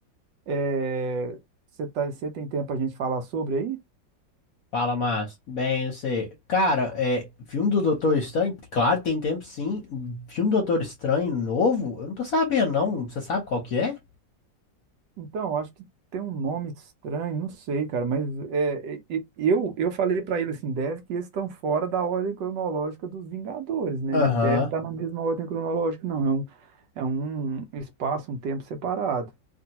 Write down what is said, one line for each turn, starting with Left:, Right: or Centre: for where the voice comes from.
Right: É, você tá, você tem tempo pra gente falar sobre aí?
Left: Fala, Márcio. Bem, você. Cara, é. Filme do Doutor Estranho? Claro, tem tempo sim. Filme do Doutor Estranho novo? Eu não tô sabendo, não. Você sabe qual que é?
Right: Então, acho que tem um nome estranho, não sei, cara, mas é, é, é, eu, eu falei pra ele assim, deve que eles estão fora da ordem cronológica dos Vingadores, né?
Left: Aham.
Right: Não deve estar na mesma ordem cronológica, não. É um, é um espaço, um tempo separado.